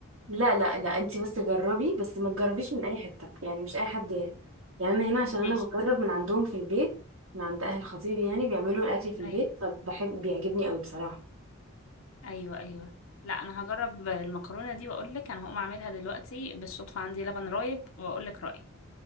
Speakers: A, on the right; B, on the left.
A: لا لا لا انت بس جربي بس ما تجربيش من اي حته يعني مش اي حد يعني انا هنا عشان انا
B: ماشي
A: بجرب من عندهم في البيت من عند اهل خطيبي يعني بيعملوا الاكل في البيت
B: ايوه
A: فبحب بيعجبني قوي بصراحه
B: ايوه ايوه لا انا هجرب المكرونه دي واقول لك انا هقوم اعملها دلوقتي بالصدفه عندي لبن رايب واقول لك رايي